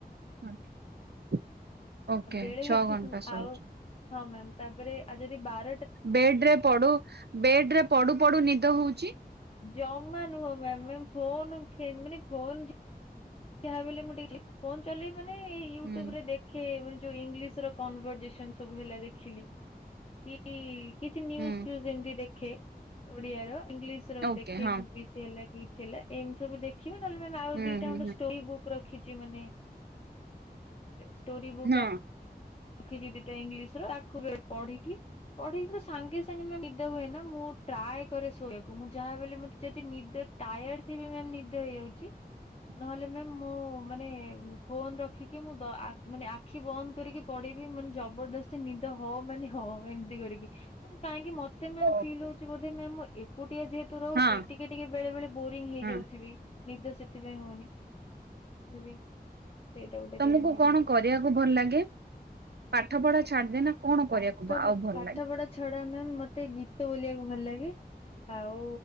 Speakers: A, on the right; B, on the left.
A: ଆଠ ଓକେ
B: ବେଳେ ବେଳେ
A: ଛଅ ଘଣ୍ଟା ଶୋଉଚ।
B: ଆଉ ହଁ ମ୍ୟାମ୍ ତାପରେ ଆଉ ଯଦି ବାର
A: ବେଡରେ ପଡୁ ବେଡ ରେ ପଡୁ ପଡୁ ନିଦ ହୋଉଛି?
B: ଯମା ନୁହଁ ମ୍ୟାମ ମାନେ ଫୋନ ଖେ ମାନେ ଫୋନ ଯାହାବିହେଲେ ମୁଁ ଟିକ ଫୋନ ଚଲେଇବି ମାନେ ଏଇ ୟୁଟ୍ୟୁବରେ
A: ହୁଁ
B: ଦେଖ୍ କେ ମାନେ ଯୋଉ ଇଂଲିଶର କନଭରଜେସନ ସବୁ ହେଲା ଦେଖିଲି କି କିଛି ନ୍ୟୁଜ୍
A: ହୁଁ
B: ଫ୍ୟୁଜ ଏମିତି ଦେଖେ ଓଡିଆର ଇଂଲିଶର
A: ଓକେ
B: ଦେଖେ
A: ହଁ
B: କି ହେଲା କିଛି ହେ ଏମତି ସବୁ ଦେଖିବି ନହେଲେ ଆଉ
A: ହୁଁ
B: ଦିଟା
A: ହୁଁ
B: ଖଣ୍ଡ
A: ହୁଁ
B: ଷ୍ଟୋରୀ ବୁକ୍ ରଖିଛି ମାନେ ଷ୍ଟୋରୀ ବୁକ୍
A: ହଁ
B: ଖିଚି ଦିଟା ଇଂଲିଶର ତାକୁ ପଢିକି ପଢିକି ସାଙ୍ଗେ ସାଙ୍ଗେ ନିଦ ହୁଏ ନା ମୁଁ ଟ୍ରାଏ କରେ ଶୋଇବାକୁ ମୁଁ ଯାହା ବିହେଲେ ମତେ ଯଦି ନିଦ ଟାୟାର୍ଡ ଥିବି ମାମ ନିଦ ହେଇଯାଉଛି।
A: ହଁ <inaudible>
B: ନହେଲେ ମାମ୍ ମୁଁ ମାନେ ଫୋନ ରଖିକି ମୁଁ ଦ ଆ ମାନେ ଆଖି ବନ୍ଦ କରିକି ପଡିବି ମାନେ ଜବରଦସ୍ତି ନିଦ ହ ମାନେ ହଉ ଏମିତି କରିକି ମାମ କାହିଁକି ମତେ ମତେ ମ୍ୟାମ
A: ଓକେ
B: ଫିଲ୍ ହଉଛି ବୋଧେ ମ୍ୟାମ ମୁଁ ଏକୁଟିଆ ଯେହେତୁ ରହୁଛି
A: ହଁ
B: ଟିକେ ଟିକେ ବେଳେ ବେଳେ ବୋରିଙ୍ଗ ହେଇଯାଉଛି।
A: ହଁ
B: ନିଦ ସେଥିପାଇଁ ହଉନି ଫିରବୀ ସେଇଟା ଗୋଟେ
A: ତମକୁ
B: <unintelligible>
A: କଣ
B: ହେଇପାରେ।
A: କରିବାକୁ ଭଲ ଲାଗେ ପାଠ ପଢା ଛାଡିଦେ ନା କଣ କରିବାକୁ
B: ପାଠ
A: ଆଉ ଭଲ
B: ପାଠ
A: ଲାଗେ?
B: ପଢା ଛଡା ମ୍ୟାମ ମତେ ଗୀତ ବୋଲିବାକୁ ଭଲ ଲାଗେ ଆଉ